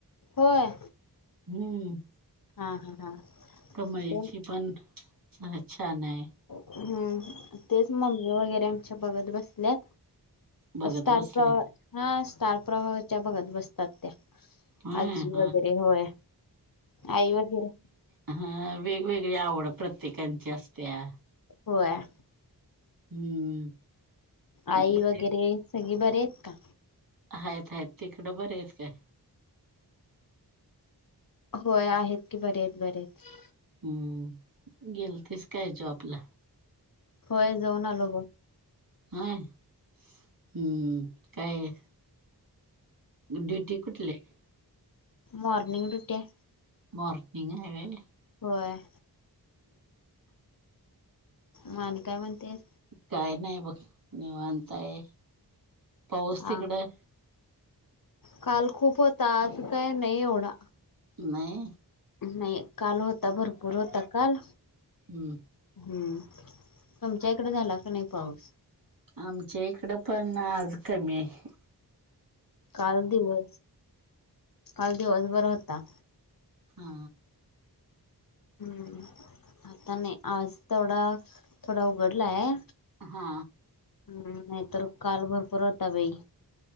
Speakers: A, on the left; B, on the right.
A: होय.
B: हम्म.
A: हा, हा, हा.
B: कमळीची
A: ते
B: पण छान हाय.
A: हम्म, तेच मम्मी वगैरे आमच्या बघत बसल्यात.
B: बघत
A: स्टार
B: बसलेत
A: प्रवाह, हा स्टार प्रवाहाच्या बगत बसतात त्या.
B: होय
A: अज्जी
B: हा
A: वगैरे होय, आई वगैरे.
B: ह, वेगवेगळी आवड प्रत्येकांची असतीया.
A: व्हयं,
B: हम्म
A: आई
B: बरेच
A: वगैरे सगळी बरी आहेत का?
B: आहेत, आहेत तिकडं बरे आहेत काय?
A: होय आहेत की, बरे आहेत, बरे आहेत.
B: हम्म, गेलतीस काय जॉबला?
A: होय जाऊन आलो बघ.
B: व्हयं. हम्म काय, ड्युटी कुठली हाय?
A: मॉर्निंग ड्युटी हाय.
B: मॉर्निंग हाय व्हयं?
A: व्हयं म आणि काय म्हणतेस?
B: काय नाही बघ, निवांत हाय, पाऊस
A: हा
B: तिकडं?
A: काल खूप होता आज काय नाही एवढा.
B: नाही
A: नाही काल होता भरपूर होता काल
B: हम्म
A: हम्म, तुमच्या इकड झाला काय नाही पाऊस?
B: आमच्या इकड पण, आज कमी हाय.
A: काल दिवस, काल दिवसभर होता.
B: हा.
A: हम् आता नाही आज तेवढा थोडा उघडलाय
B: हा
A: हम्म नाहीतर काल भरपूर होता बाई